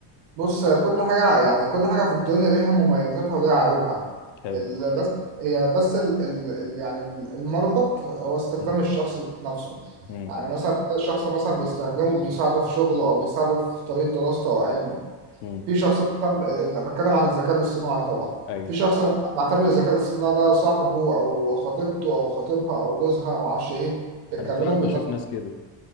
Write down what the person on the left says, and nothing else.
حلو
مم.
مم.
مم.
أيوه
أنا فعلا بشوف ناس كده